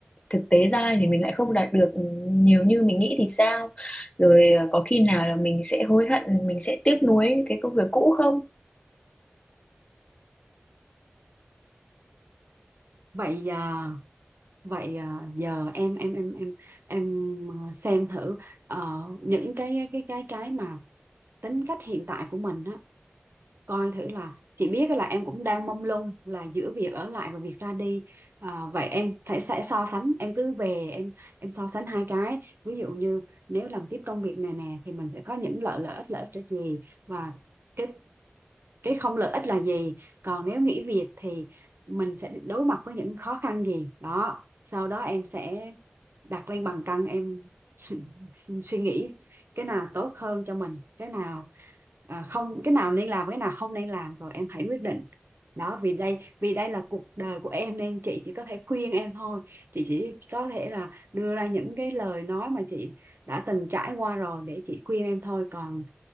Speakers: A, on the left; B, on the right.
A: thực tế ra thì mình lại không đạt được ừ, nhiều như mình nghĩ thì sao rồi ờ, có khi nào là mình sẽ hối hận mình sẽ tiếc nuối cái công việc cũ không
B: vậy à, vậy à, giờ em em em em em à, xem thử ờ, những cái cái cái cái mà tính cách hiện tại của mình á coi thử là chị biết là em cũng đang mông lung là giữa việc ở lại và việc ra đi Ờ, vậy em sẽ sẽ so sánh em cứ về em em so sánh hai cái ví dụ như nếu làm tiếp công việc này nè thì mình sẽ có những lợi lợi ích lợi ích là gì và cái cái không lợi ích là gì còn nếu nghỉ việc thì mình sẽ đối mặt với những khó khăn gì đó sau đó em sẽ đặt lên bàn cân em <laughs> suy nghĩ cái nào tốt hơn cho mình cái nào à, không cái nào nên làm cái nào không nên làm rồi em hãy quyết định đó vì đây vì đây là cuộc đời của em nên chị chỉ có thể khuyên em thôi chị chỉ có thể là đưa ra những cái lời nói mà chị đã từng trải qua rồi để chị khuyên em thôi còn